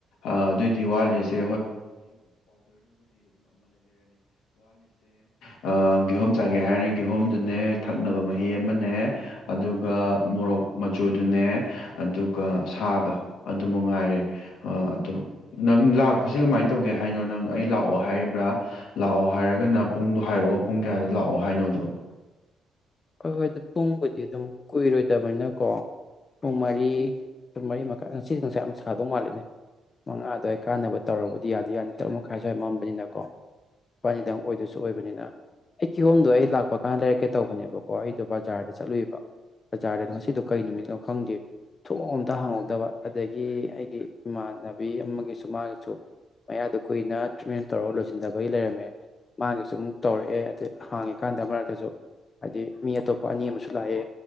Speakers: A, on the left (about 85°); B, on the left (about 35°).
A: ꯑꯗꯨꯑꯣꯏꯗꯤ ꯋꯥꯠꯂꯤꯁ ꯍ ꯄꯗ ꯆꯥꯒꯦ ꯍꯥꯏꯔꯅ ꯀꯤꯍꯣꯝꯗꯨꯅꯦ ꯊꯛꯅꯕ ꯃꯍꯤ ꯑꯃꯅꯦ ꯑꯗꯨꯒ ꯃꯣꯔꯣꯛ ꯃꯆꯨꯗꯨꯅꯦ ꯑꯗꯨꯒ ꯁꯥꯒ ꯑꯗꯨ ꯃꯉꯥꯏꯔꯦ ꯑ ꯅꯪ ꯂꯥꯛ ꯍꯧ ꯀꯃꯥꯏꯅ ꯇꯧꯒꯦ ꯍꯥꯏꯅꯣ ꯅꯪ ꯑꯩ ꯂꯥꯛꯑꯣ ꯍꯥꯏꯔꯤꯕ꯭ꯔꯥ ꯂꯥꯛꯑꯣ ꯍꯥꯏꯔꯒꯅ ꯄꯨꯡꯗꯣ ꯍꯥꯏꯔꯛꯑꯣ ꯄꯨꯡ ꯀꯌꯥꯗꯣ ꯂꯥꯛꯑꯣ ꯂꯥꯛꯑꯣ ꯍꯥꯏꯅꯣꯗꯣ
B: ꯍꯣꯏ ꯍꯣꯏ ꯑꯗꯨ ꯄꯨꯡꯕꯨꯗꯤ ꯑꯗꯨꯝ ꯀꯨꯏꯔꯣꯏꯗꯕꯅꯤꯅꯀꯣ ꯄꯨꯡ ꯃꯔꯤ ꯄꯨꯟ ꯃꯔꯤ ꯃꯈꯥ ꯉꯁꯤ ꯉꯁꯥꯏ ꯌꯥꯝ ꯁꯥꯗꯧ ꯃꯥꯜꯂꯤꯦꯅꯦ ꯃꯉꯥꯗꯋꯥ ꯑꯩ ꯀꯥꯟꯅꯕ ꯇꯧꯔꯕꯗꯤ ꯌꯥꯗ ꯌꯥꯅꯤ ꯇꯔꯨꯛ ꯃꯈꯥꯏ ꯁ꯭ꯋꯥꯏ ꯃꯝꯕꯅꯤꯅꯀꯣ ꯋꯥꯅꯤꯗꯪ ꯑꯣꯏꯗꯁꯨ ꯑꯣꯏꯕꯅꯤꯅ ꯑꯩ ꯀꯤꯍꯣꯝꯗꯣ ꯑꯩ ꯂꯥꯛꯄ ꯀꯥꯟꯗ ꯂꯩꯔꯛ ꯀꯩ ꯇꯧꯕꯅꯦꯕꯀꯣ ꯑꯩꯗꯣ ꯕꯖꯥꯔꯗ ꯆꯠꯂꯨꯏꯕ ꯕꯖꯥꯔꯗ ꯉꯁꯤꯗꯣ ꯀꯩ ꯅꯨꯃꯤꯠꯅꯣ ꯈꯪꯗꯦ ꯊꯣꯛꯂ ꯑꯝꯇ ꯍꯪꯍꯧꯗꯕ ꯑꯗꯒꯤ ꯑꯩꯒꯤ ꯏꯃꯥꯟꯅꯕꯤ ꯑꯃꯒꯤꯁꯨ ꯃꯥꯒꯤꯁꯨ ꯃꯌꯥꯗ ꯀꯨꯏꯅ ꯇ꯭ꯔꯤꯠꯃꯦꯟ ꯇꯧꯔꯒ ꯂꯣꯏꯁꯤꯟꯗꯕꯒꯤ ꯂꯩꯔꯝꯃꯦ ꯃꯥꯒꯤꯁꯨ ꯑꯃꯨꯛ ꯇꯧꯔꯛꯑꯦ ꯑꯗꯨ ꯍꯥꯡꯉꯤꯀꯥꯟꯗ ꯃꯔꯛꯇꯁꯨ ꯍꯥꯏꯗꯤ ꯃꯤ ꯑꯇꯣꯞꯄ ꯑꯅꯤ ꯑꯃꯁꯨ ꯂꯥꯛꯑꯦ